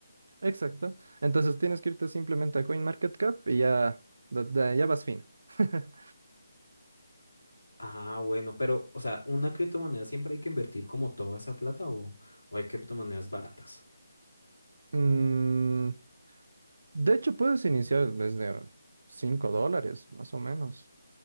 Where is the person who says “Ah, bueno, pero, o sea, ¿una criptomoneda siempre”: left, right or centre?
Left